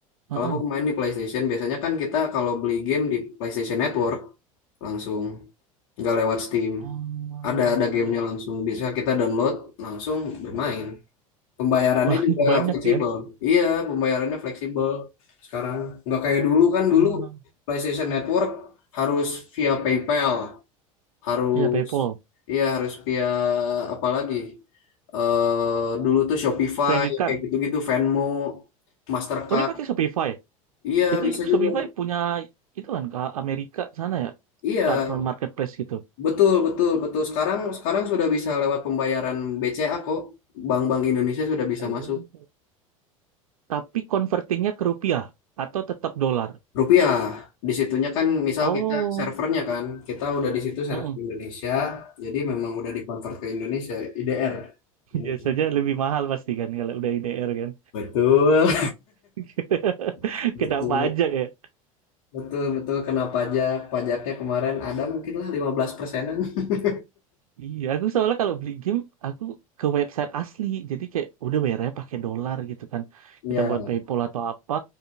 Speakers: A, on the right; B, on the left.
A: Heeh.
B: Kalau aku main di PlayStation biasanya kan kita kalau beli game di PlayStation Network langsung nggak lewat Steam.
A: Ah,
B: Ada ada gamenya
A: ya,
B: langsung. Biasanya kita download langsung bermain. Pembayarannya
A: Ba-
B: juga
A: <laughs> banyak
B: fleksibel.
A: ya.
B: Iya, pembayarannya fleksibel sekarang. Nggak kayak dulu kan
A: Ah,
B: dulu PlayStation Network harus via PayPal, harus
A: iya PayPal.
B: iya harus via apa lagi? Eh dulu tuh Shopify
A: Credit card.
B: kayak gitu-gitu, Venmo, Mastercard.
A: Oh, dia pakai Shopify. ya?
B: Iya,
A: Itu
B: bisa
A: Shopify
B: juga.
A: punya itu kan ke Amerika sana ya.
B: Iya,
A: Platform marketplace gitu.
B: betul betul betul. Sekarang sekarang sudah bisa lewat pembayaran BCA kok. Bank-bank Indonesia sudah bisa
A: Oh.
B: masuk.
A: Tapi convertingnya ke rupiah atau tetap dolar.
B: Rupiah. Di situnya kan misal
A: Oh,
B: kita servernya kan, kita udah di situ server
A: mm-mm.
B: Indonesia, jadi memang udah dikonvert ke Indonesia, IDR.
A: <laughs>
B: Indonesia.
A: Biasanya lebih mahal pasti kan kalau udah IDR kan.
B: Betul.
A: <laughs>
B: <laughs> Betul.
A: Kena pajak ya.
B: Betul, betul. Kena pajak. Pajaknya kemarin ada mungkin lah 15 persenan. <laughs>
A: Iya, aku soalnya kalau beli game aku ke website asli, jadi kayak udah bayarnya pakai dolar gitu kan.
B: Ya,
A: Kita buat PayPal atau apa.